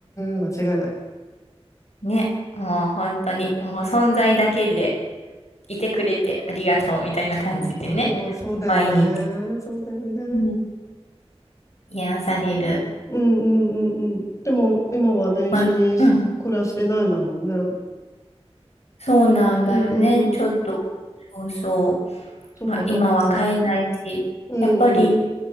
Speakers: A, on the left; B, on the left.
A: ん、間違いない。
B: ね、もう本当に、もう存在だけでいてくれてありがとうみたいな感じでね、
A: でも、そうだよね。
B: 毎日
A: そうだよね。
B: うん癒される。
A: うんうんうんうん。でも、今はね、
B: まあ、
A: 一緒に暮らしてないんだもんね。
B: うん、
A: う
B: そうなんだよね。
A: んうんうん。
B: ちょっと、そうそう。
A: そっかそっか。
B: まあ、今は買えないし、
A: うんうん。
B: やっぱり、